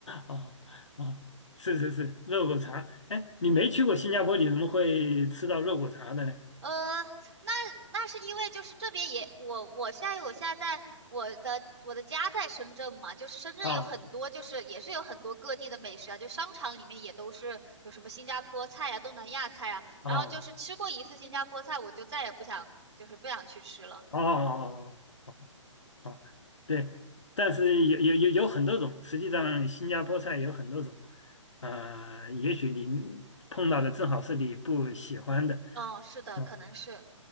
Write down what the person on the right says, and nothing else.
呃，那那是因为就是这边也我我现在我现在在我的我的家在深圳嘛，就是深圳有很多就是也是有很多各地的美食啊，
就商场里面也都是有什么新加坡菜啊、东南亚菜啊，
然后就是吃过一次新加坡菜，我就再也不想就是不想去吃了。
嗯，是的，
可能是。